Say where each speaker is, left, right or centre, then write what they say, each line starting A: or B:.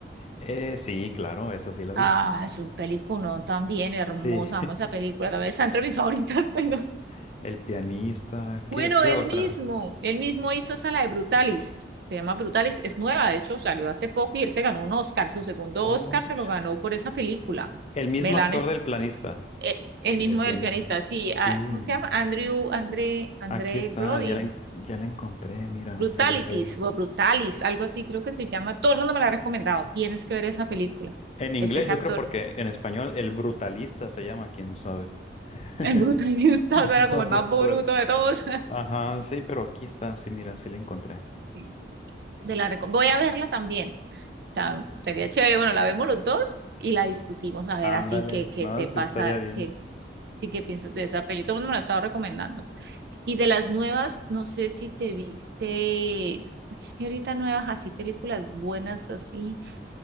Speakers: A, on the left; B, on the right.
A: Eh, sí, claro, esa sí la vi.
B: Ah, es un peliculón también hermosa,
A: Sí.
B: amo esa película, también está entre mis favoritas. <laughs> pues, no.
A: <laughs> El pianista.
B: Bueno,
A: ¿Qué, qué
B: él
A: otra?
B: mismo, él mismo hizo esa, la de Brutalist, se llama Brutalist, es nueva, de hecho salió hace poco y él se ganó un Oscar, su segundo
A: Oh,
B: Oscar se lo
A: sí.
B: ganó por esa película.
A: El mismo
B: Melan
A: actor
B: es
A: del planista,
B: eh, el,
A: El
B: mismo
A: del pianista.
B: del pianista, sí,
A: Sí.
B: ah, ¿cómo se llama? Andrew, André, André
A: Aquí está,
B: Brody,
A: ya la, en- ya la encontré, mira,
B: Brutalities
A: sí es él.
B: o Brutalis, algo así creo que se llama, todo el mundo me la ha recomendado, tienes que ver esa película,
A: En inglés
B: es ese
A: yo
B: actor,
A: creo porque en español el brutalista se llama, quién sabe. <laughs>
B: el brutalista,
A: Sí. No,
B: <laughs> era como el
A: pu-
B: más bruto
A: puede.
B: de todos.
A: Ajá, sí, pero aquí está, sí, mira, sí la encontré.
B: Sí, de la reco- Voy a verla también. O sea, sería chévere. Bueno, la vemos los dos y la discutimos a ver
A: Ándale,
B: así que qué
A: no,
B: te
A: sí
B: pasa,
A: estaría bien.
B: qué sí que piensas de esa peli. Todo el mundo me la estaba recomendando. Y de las nuevas, no sé si te viste. Es que ahorita nuevas, así películas buenas, así.